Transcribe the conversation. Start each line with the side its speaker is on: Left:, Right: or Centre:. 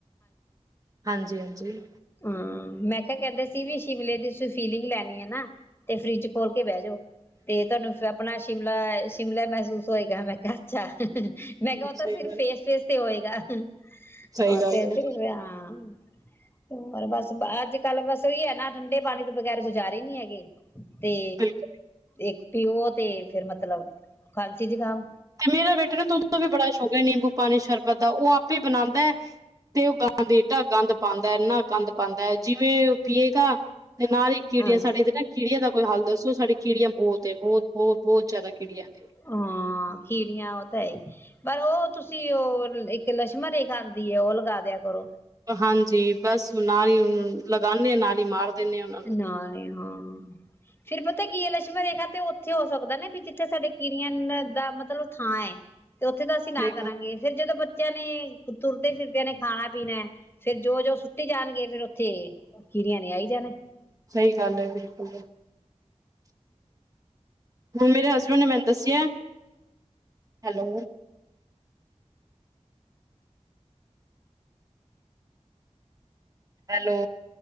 Right: ਹਾਂਜੀ ਹਾਂਜੀ
Left: ਹਾਂ ਮੈਂ ਕਿਹਾ ਕਹਿੰਦੇ ਸੀ ਵੀ ਸ਼ਿਮਲੇ ਦੀ ਤੁਸੀ ਫੀਲਿੰਗ ਲੈਣੀ ਆ ਨਾ। ਤੇ ਫਰਿਜ ਖੋਲ ਕੇ ਬਹਿ ਜੋ ਤੇ ਤੁਹਾਨੂੰ ਆਪਣਾ ਸ਼ਿਮਲਾ ਸ਼ਿਮਲਾ ਮਹਿਸੂਸ ਹੋਏਗਾ ਮੈ ਕਿਹਾ ਅੱਛਾ। ਮੈਂ ਕਿਹਾ ਉਹ
Right: ਸਹੀ
Left: ਤਾਂ ਸਿਰਫ
Right: ਗੱਲ,
Left: ਫੇਸ ਫੇਸ ਤੇ ਹੋਏਗਾ। ਹੂੰ
Right: ਸਹੀ
Left: ਉਹ
Right: ਗੱਲ
Left: ਤੇ
Right: ਹੈ,
Left: ਹਾਂ <inaudible> ਹੋਰ ਬਸ ਬਾ ਅੱਜ ਕੱਲ ਬਸ ਸਈ ਹੈ ਨਾ ਠੰਡੇ ਪਾਣੀ ਤੋਂ ਬਗੈਰ ਗੁਜ਼ਾਰੇ ਨੀ ਹੈਗੇ ਤੇ
Right: ਬਿਲਕੁਲ।
Left: ਇੱਕ ਪਿਓ ਤੇ ਫੇਰ ਮਤਲਬ ਖਾਂਸੀ ਜੁਕਾਮ
Right: ਤੇ ਮੇਰਾ ਬੇਟਾ ਨੇ ਤੂੰ ਤੋਂ ਵੀ ਬੜਾ ਸ਼ੌਕ ਹੈ ਨਿੰਬੂ ਪਾਣੀ ਸ਼ਰਬਤ ਤਾਂ ਉਹ ਆਪੇ ਬਣਾਉਂਦਾ ਹੈ ਤੇ ਉਹ ਗੰਦ ਏਦਾਂ ਗੰਦ ਪਾਉਂਦਾ ਇਨਾ ਗੰਦ ਪਾਉਂਦਾ ਜਿਵੇਂ ਉਹ ਪੀਏਗਾ ਤੇ ਨਾਲ ਹੀ ਕੀੜੀਆਂ
Left: ਹਾਂਜੀ
Right: ਸਾਡੇ ਨਾ ਕੀੜੀਆਂ ਦਾ ਕੋਈ ਹੱਲ ਦੱਸੋ ਸਾਡੀ ਕੀੜੀਆਂ ਬਹੁਤ ਬਹੁਤ ਬਹੁਤ ਬਹੁਤ ਜ਼ਿਆਦਾ ਕੀੜੀਆਂ ਨੇ।
Left: ਹਾਂ ਕੀੜੀਆਂ ਉਹ ਤਾਂ ਏ। ਪਰ ਉਹ ਤੁਸੀਂ ਉਹ ਇੱਕ ਲਕਸ਼ਮਣ ਰੇਖਾ ਆਉਂਦੀ ਹੈ ਉਹ ਲਗਾ ਦਿਆ ਕਰੋ।
Right: ਹਾਂਜੀ ਬਸ ਨਾਲਾਰੀ ਲਗਾਉਾਨਦੇ ਹਾਂ ਨਾਲਾਰੀ ਮਾਰ ਦਿੰਦੇ ਹਾਂ ਉਹਨਾਂ ਨੂੰ।
Left: ਨਾਲ ਹੀ ਹਾਂ ਫਿਰ ਪਤਾ ਕੀ ਲਛਮਣ ਰੇਖਾ ਤੇ ਉੱਥੇ ਹੋ ਸਕਦਾ ਨਾ ਵੀ ਜਿੱਥੇ ਸਾਡੇ ਕੀੜੀਆਂ ਦਾ ਮਤਲਬ ਥਾਂ ਹੈ। ਤੇ ਉੱਥੇ ਤਾਂ ਅਸੀਂ
Right: ਸਹੀ
Left: ਨਾ ਕਰਾਂਗੇ
Right: ਗੱਲ।
Left: ਫੇਰ ਜਦੋਂ ਬੱਚਿਆਂ ਬੱਚਿਆਂ ਨੇ ਤੁਰਦੇ ਫਿਰਦਿਆਂ ਨੇ ਖਾਣਾ ਪੀਣਾ ਫੇਿਰ ਜੋ ਜੋ ਸੁੱਟੀ ਜਾਣਗੇ ਫਿਰ ਉੱਥੇ ਕੀੜੀਆਂ ਨੇ ਆਈ ਜਾਣੇ।
Right: ਸਹੀ ਗੱਲ ਹੈ ਬਿਲਕੁਲ ਮੇਰੇ ਹਸਬੈਂਡ ਨੇ ਮੈਨੂੰ ਦੱਸਿਆ ਹੈਲੋ ਹੈਲੋ